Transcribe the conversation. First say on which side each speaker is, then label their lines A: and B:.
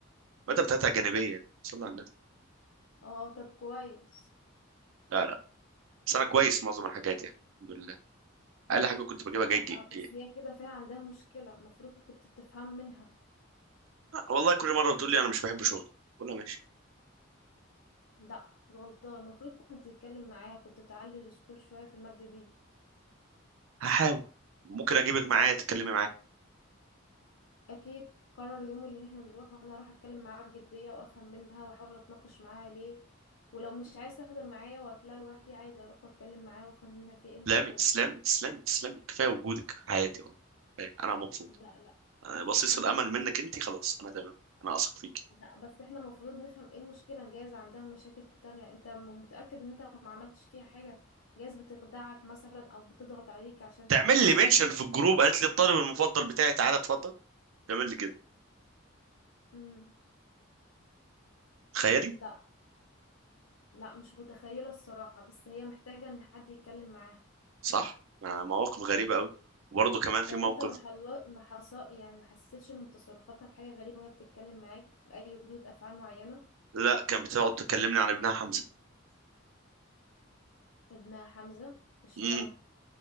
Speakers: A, on the right; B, on the left.
A: الماده بتاعتها جانبيه صلى على النبي
B: اه طب كويس
A: لا لا بس انا كويس معظم الحاجات يعني الحمد لله اقل حاجه كنت بجيبها جيد
B: اه بس
A: جيد
B: هي كده فيها عندها مشكلة المفروض كنت تفهم منها
A: آه، والله كل مره بتقول لي انا مش بحب شغلي بقول لها ماشي
B: لا غلطان المفروض كنت تتكلم معاها كنت تعلي السكول شوية في المادة دي
A: هحاول ممكن اجيبك معايا تتكلمي معايا
B: اكيد قرر اليوم اللي احنا نروح وانا اروح اتكلم معاها بجدية وافهم منها واحاول اتناقش معاها ليه ولو مش عايز تحضر معايا واروح لها لوحدي عادي اروح واتكلم معاها وافهم منها في ايه المشكلة
A: تسلمي تسلمي تسلمي تسلمي كفايه وجودك في حياتي والله كفاية. انا مبسوط
B: لا لا
A: أنا بصيص الامل منك انت خلاص انا تمام انا اثق فيك
B: لا بس احنا المفروض نفهم ايه المشكلة جايز عندها مشاكل تانية انت م- متأكد ان انت ما عملتش فيها حاجة جايز بتخدعك مثلا او بتضغط عليك عشان
A: تعمل
B: حاجة معينة
A: لي منشن في الجروب قالت لي الطالب المفضل بتاعي تعالى اتفضل تعمل لي كده
B: امم
A: تخيلي
B: لا لا مش متخيلة الصراحة بس هي محتاجة ان حد يتكلم معاها
A: صح مع مواقف غريبه قوي وبرضه كمان في
B: طب
A: موقف
B: انت ما حل... ما حص... يعني ما حسيتش من تصرفاتها بحاجة غريبة وهي بتتكلم معاك بأي ردود أفعال معينة
A: لا كان بتقعد تكلمني عن ابنها حمزه
B: ابنها حمزة اشمعنى
A: امم